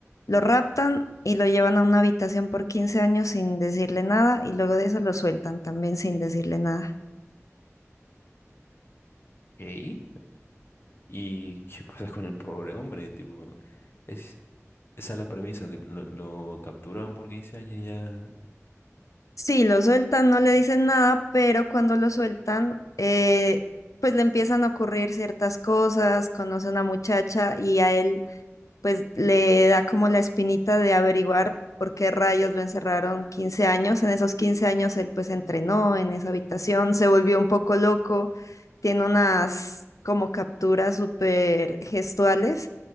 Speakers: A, on the left; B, on the left.
A: lo raptan y lo llevan a una habitación por 15 años sin decirle nada y luego de eso lo sueltan también sin decirle nada.
B: ¿Qué? ¿Y qué pasa con el pobre hombre? Tipo, es, esa es la premisa, tipo, lo, lo capturaron por 15 años y ya.
A: Sí, lo sueltan, no le dicen nada, pero cuando lo sueltan, eh, pues le empiezan a ocurrir ciertas cosas, conoce a una muchacha y a él pues le da como la espinita de averiguar por qué rayos lo encerraron 15 años. En esos 15 años él pues entrenó en esa habitación, se volvió un poco loco, tiene unas como capturas súper gestuales